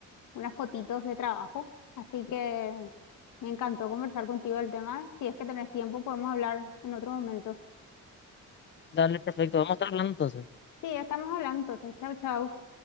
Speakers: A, on the left; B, on the left.
A: unas fotitos de trabajo. Así que me encantó conversar contigo del tema. Si es que tenés tiempo, podemos hablar en otro momento.
B: Dale, perfecto. Vamos a estar hablando entonces.
A: Sí, estamos hablando entonces. Chau, chau.